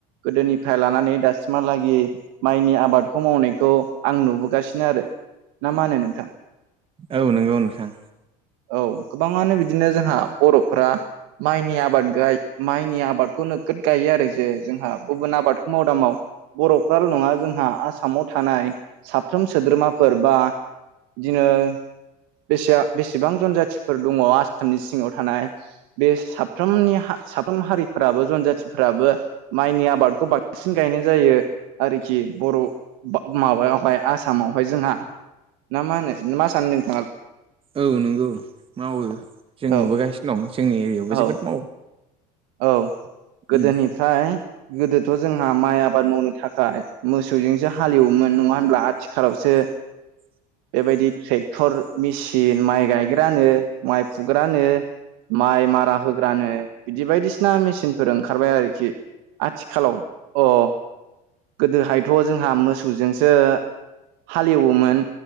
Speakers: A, on the right; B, on the right.
A: गोदोनिफ्राय लानानै दासिमहालागै माइनि आबादखौ मावनायखौ आं नुबोगासिनो आरो ना मा होनो नोंथां?
B: औ नंगौ नोंथां
A: औ गोबाङानो बिदिनो जोंहा बर'फ्रा माइनि आबाद ग माइनि आबादखौ नोगोद गायो आरो जे जोंहा गुबुन आबादखौ मावदां माव बर'फ्राल' नङा जोंहा आसामाव थानाय साफ्रोम सोद्रोमाफोर बा बिदिनो बेसे बेसेबां गुबुन जाथिफोर दङ आसामनि सिङाव थानाय बे साफ्रोमनि साफ्रोम हारिफोराबो जनजाथिफोराबो माइनि आबादखौ बांसिन गायनाय जायो आरोखि बर'। माबायावहाय आसामावहाय जोंहा ना मा होनो मा आसाम नोंथाङालाय
B: औ नंगौ मावो जों
A: औ
B: नुबोगासिनो दं जोंनि एरियायावबो
A: औ
B: जोबोद मावो।
A: औ गोदोनिफ्राय
B: उम
A: गोदोथ' जोंहा माइ आबाद मावनो थाखाय मोसौजोंसो हालेवोमोन नङा होनब्ला आथिखालावसो
B: <inaudible>
A: बेबायदि ट्रेक्टर मेसिन माइ गायग्रानो, माइ फुग्रानो माइ मारा होग्रानो बिदि बायदिसिना मेसिनफोर ओंखारबाय आरोखि आथिखालाव अ गोदोहायथ' जोंहा मोसौजोंसो हालेवोमोन